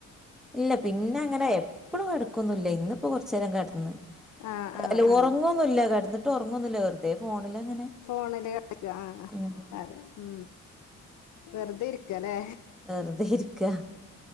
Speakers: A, in the centre; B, on the left.
A: ഇല്ല പിന്നെ അങ്ങനെ എപ്പഴും കിടക്കൊന്നുംല്ല ഇന്നിപ്പോ കുറ ഇചിരം കിടന്ന്
B: ആഹ് ആഹ്
A: അല്ല
B: ആഹ്
A: ഉറങ്ങൊന്നുമില്ല കിടന്നിട്ട് ഉറങ്ങൊന്നുമില്ല വെറുതെ ഫോണിലങ്ങനെ
B: ണ കളിക്ക ആ
A: ഉം
B: അതെ ഉ വെറുതെ ഇരിക്കല്ലേലെ
A: വെറുതെ ഇരിക്ക